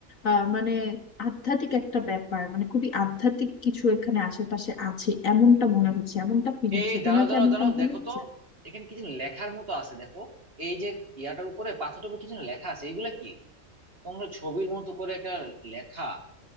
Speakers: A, on the left (about 65°); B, on the right (about 40°).
A: আহ মানে আধ্যাত্মিক একটা ব্যাপার মানে খুবই আধ্যাত্মিক কিছু এখানে আশেপাশে আছে এমনটা মনে হচ্ছে এমনটা ফিল
B: এই
A: হচ্ছে
B: দাঁড়াও
A: তোমার কি
B: দাঁড়াও
A: এমনটা
B: দাঁড়াও
A: মনে
B: দেখো
A: হচ্ছে
B: তো এখানে কি যেন লেখার মতো আছে দেখো এই যে ইয়াটার উপরে পাথরটার উপরে কি যেন লেখা আছে এগুলা কি কোনো ছবির মতো করে একটা লেখা